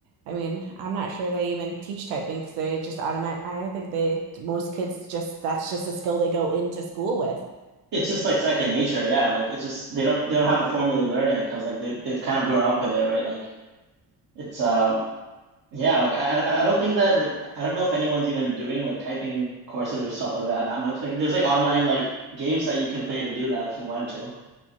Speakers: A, on the right; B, on the right.
A: I mean, I'm not sure they even teach typing because they just automatic, I think they, most kids just, that's just a skill they go into school with.
B: it's just like second nature. Yeah, like it's just they don't they don't have to formally learn it because like they they've kind of grown up with it, right? Like it's um yeah, like I I I don't think that like I don't know if anyone's even doing like typing courses or stuff like that that much. Like there's like online like games that you can play to do that if you wanted to.